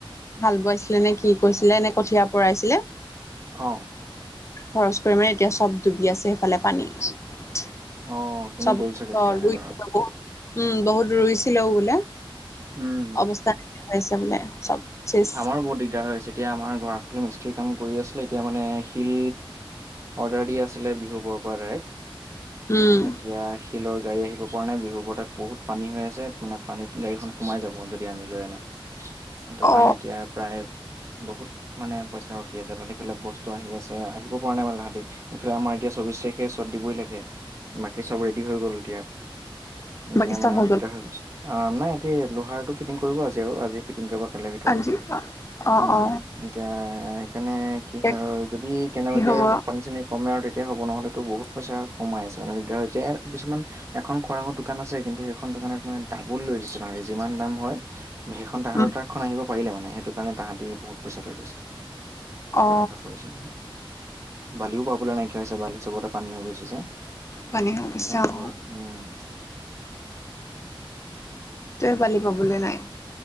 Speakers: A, on the left (about 30°); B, on the right (about 30°).
A: হাল বোৱাছিলে, নে কি কৈছিলে, নে কঠিয়া পৰাইছিলে।
B: অ
A: খৰচ কৰি মানে এতিয়া চব ডুবি আছে সেইফালে পানী চব
B: অ খিনি গ'ল চাগে তেতিয়াহ'লে
A: ৰুই
B: বাৰু
A: উম বহুত ৰুইছিলেও বোলে।
B: উম
A: অৱস্থা নাইকিয়া হৈ আছে বোলে চব শেষ।
B: আমাৰো বহুত দিগদাৰ হৈ আছে, এতিয়া আমাৰ ঘৰ ফালে মিস্ত্ৰী কাম কৰি আছিলে। এতিয়া মানে শিল অৰ্ডাৰ দিয়া আছিলে বিহুবৰৰ পৰা ডাইৰেক্ট,
A: উম
B: এতিয়া শিলৰ গাড়ী আহিব পৰা নাই বিহুবৰ তাত বহুত পানী হৈ আছে মানে, পানীত গাড়ীখন সোমাই যাব যদি আনি লৈ আনে।
A: অ
B: মানে এতিয়া প্ৰায় বহুত মানে পইচা ৰখি আছে তাত বস্তু আহি আছে আহিব পৰা নাই মানে তাহাঁতি ইফালে আমাৰ এতিয়া চৌবিশ তাৰিখে শ্বট দিবই লাগে বাকী চব ৰেডি হৈ গ'ল এতিয়া এতিয়া
A: বাকী চব
B: মানে দিগদাৰ
A: গ'ল
B: হৈ গৈছ অ নাই লোহাৰটো ফিটিং কৰিব আজি আৰু আজি ফিটিং কৰিব কালিৰ ভিতৰত
A: আজি অ
B: উম
A: অ
B: এতিয়া সেইকাৰণে কি হয়
A: এতিয়া
B: আৰু যদি কেনেবাকে
A: কি হব
B: পানী চানি কমে আৰু তেতিয়া হ'ব নহ'লেতো বহুত পইচা সোমাই আছে মানে দিগদাৰ হৈছে ইয় কিছুমান এখন খোৰাঙৰ দোকান আছে কিন্তু সেইখন দোকানত মানে ডাবুল লৈছে মানে যিমান দাম হয় সেইখন তাহাঁৰ
A: উম,
B: ট্ৰাকখন আহিব পাৰিলে মানে সেইটো কাৰণে তাহাঁতি বহুত পইচা লৈছে
A: অ
B: তেনেকুৱা কৈছে বালিও পাবলৈ নাইকিয়া হৈছে, বালি চবতে পানী হৈ গৈছে যে।
A: পানী হৈ গৈছে
B: মাটি
A: অ
B: বোৰ উম,
A: তেও বালি পাবলৈ নাই।